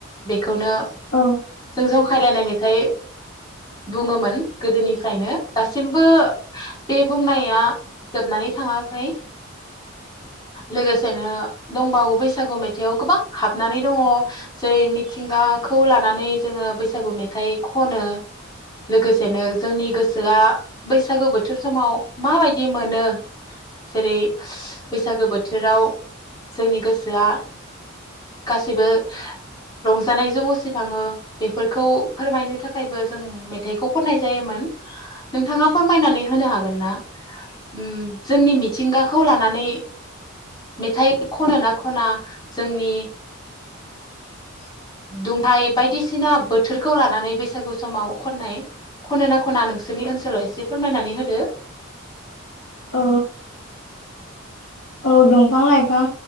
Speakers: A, on the left (about 20°); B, on the left (about 80°).
A: बे खौनो
B: औ
A: जों जंखायलायनाय मेथाइ बुङोमोन गोदोनिफ्रायनो दासिमबो बे बुंनाया जोबनानै थाङाखै। लोगोसेनो दंबावो बैसागु मेथाइआव गोबां हाबनानै दङ जेरै मिथिंगाखौ लानानै जोङो बैसागु मेथाइ खनो। लोगोसेनो जोंनि गोसोआ बैसागु बोथ बोथोर समाव माबायदि मोनो जेरै बैसागो बोथोराव जोंनि गोसोआ गासैबो रंजानायजों उसिखाङो बेफोरखौ फोरमायनो थाखायबो जों मेथाइखौ खननाय जायोमोन नोंथाङा फोरमायनानै होनो हागोन ना? उम जोंनि मिथिंगाखौ लानानै मेथाइ खनो ना खना जोंनि
B: <inaudible>
A: दुंहाय बायदिसिना बोथोरखौ लानानै बैसागु समाव खननाय खनो ना खना नोंसोरनि ओनसोलाव एसे फोरमायनानै होदो।
B: औ औ दंफां लाइफ फां